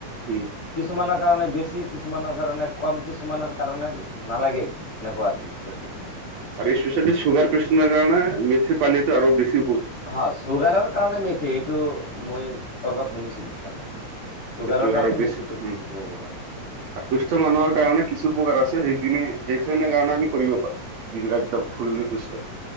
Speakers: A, on the right; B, on the left.
A: উম।
B: কিছুমানৰ কাৰণে বেছি, কিছুমানৰ কাৰণে কম, কিছুমানৰ কাৰণে নালাগেই। এনেকুৱা আৰু আৰকি বস্তুখিনি।
A: আৰু স্পেচিয়েলি চুগাৰ পেচেণ্টৰ কাৰণে মেঠিৰ পানীটো আৰু বেছি
B: হয় চুগাৰৰ কাৰণে মেথি এইটো মই কৰবাত শুনিছিলো চাগে। চুগাৰৰ
A: এইটো
B: কাৰণে
A: বেছি
B: মেথিটোক
A: উম
B: <unintelligible>
A: আৰু সুস্থ মানুহৰ কাৰণে কিছু উপকাৰ আছে সেইখিনি সেইখিনিৰ কাৰণে আমি কৰিব পাৰো। যিবিলাক একদম ফুলি সুস্থ